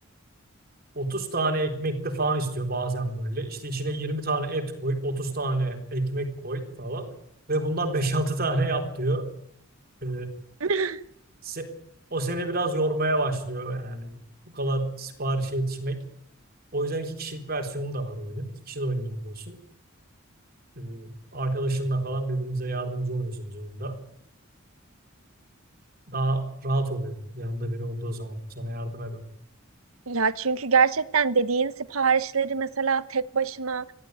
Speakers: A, on the right (about 45°); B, on the right (about 80°).
A: 30 tane ekmekli falan istiyor bazen böyle. İşte içine 20 tane et koy. 30 tane ekmek koy falan. Ve bundan beş altı tane yap diyor. E,
B: <laughs>
A: se- o seni biraz yormaya başlıyor yani. Bu kadar siparişe yetişmek. O yüzden iki kişilik versiyonu da var oyunun. İki kişi de oynayabiliyorsun. Ee, arkadaşınla falan birbirinize yardımcı oluyorsunuz oyunda. Daha rahat oluyor yanında biri olduğu zaman. Sana yardım eden.
B: Ya çünkü gerçekten dediğin siparişleri mesela tek başına